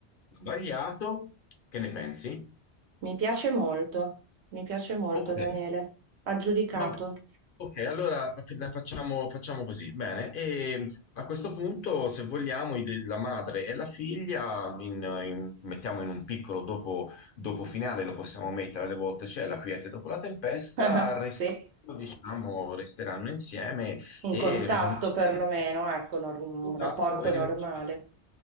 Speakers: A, on the left; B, on the right.
A: sbagliato. Che ne pensi?
B: Mi piace molto, mi piace molto,
A: Ok,
B: Daniele. Aggiudicato.
A: Va bene.
B: <laughs>
A: Ok, allora f- la facciamo, facciamo così. Bene, e a questo punto, se vogliamo, i de- la madre e la figlia in- in- mettiamo in un piccolo dopo, dopo finale, lo possiamo mettere alle volte c'è la quiete dopo la tempesta,
B: Eh,
A: rest-
B: Sì,
A: diciamo, resteranno insieme
B: in
A: e
B: contatto
A: ricominceranno
B: perlomeno,
A: il
B: ecco, nor- un
A: contatto
B: rapporto
A: e ricominceranno
B: normale.